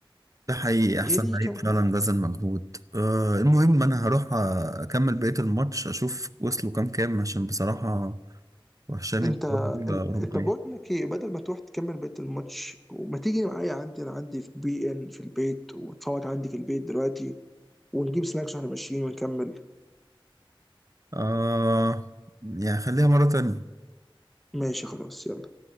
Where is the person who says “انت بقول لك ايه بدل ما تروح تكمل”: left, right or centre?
Centre